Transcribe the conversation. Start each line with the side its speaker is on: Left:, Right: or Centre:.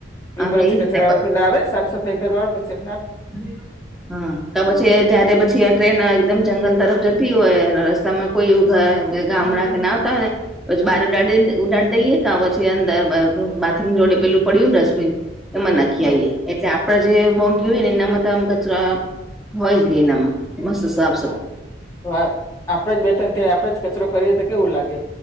Left: પ
Centre: અમે
Left: પછી કચરા
Centre: એ
Left: પેલા આવે સાફ સફાઈ કરવા પછી એમ.
Centre: હમ. હા તો પછી જય્યારે પછી ટ્રેન એકદમ જંગલ તરફ જતી. હોય રસ્તામાં કોઈ ઘર ગામડા કે નાતા પછી બાર ઉડ ઉડાડી દઈએ ક પછીર બાથરૂમ જોડે પેલું પડય્યું ને ડસ્ટબિન. એમાં નક્કી
Left: હા
Centre: આવીઈએ. એટલે આપણે જે બ જોયું ને નમતમ કચરા હોય જ નહી એમાં. મસ્ સા.
Left: હા તો આપડે જ બેઠા ને ત્યા આપણેે જ કચરો કરીએ તો કેવું લાગે.